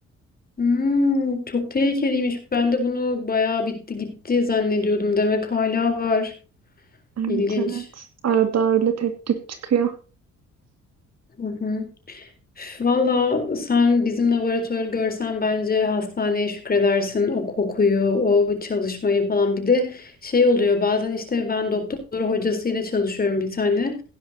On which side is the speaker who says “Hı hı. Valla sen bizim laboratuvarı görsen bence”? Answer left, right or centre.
Left